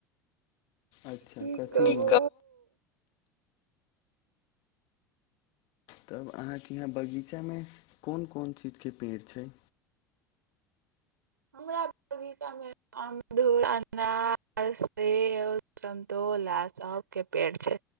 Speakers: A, on the left; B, on the right.
A: अच्छा
B: की
A: कथीमे
B: कहु
A: तब अहााँ के यहाँ बगीचा में कोन कोन चीज के पेड़ छै
B: हमरा बगीचामे अमरूध अनार सेब संन्तोला सबके पेड़ छै